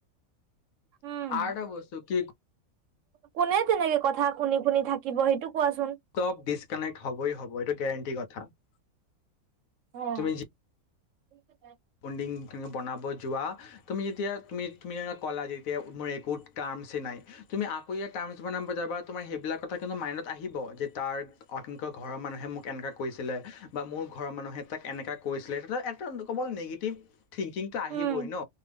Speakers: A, on the right (about 65°); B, on the left (about 70°).
A: উম
B: আৰু এটা বস্তু কি
A: কোনে তেনেকে কথা শুনি শুনি থাকিব সেইটো। কোৱাচোন
B: চব ডিচকানেক্ট হবই হব এইটো গেৰেণ্টি কথা <unintelligible>
A: অহ।
B: তুমি
A: <inaudible>
B: যি বণ্ডিং তে বনাব যোৱা। তুমি যেতিয়া তুমি যেনেকে ক'লা যে এতিয়া মোৰ একো টাৰ্মচই নাই, তুমি আকৌ ইয়াৰ টাৰ্মছ বনাব যাবা তোমাৰ সেইবিলাক কথা কিন্তু মাইণ্ডত আহিব যে তাৰ <unintelligible> ঘৰৰ মানুহে মোক এনেকুৱা কৰিছিলে বা মোৰ ঘৰৰ মানুহে তাক এনেকুৱা কৰিছিলে এটা কেৱল নিগেটিভ থিংকিংটো আহিবই
A: উম
B: ন?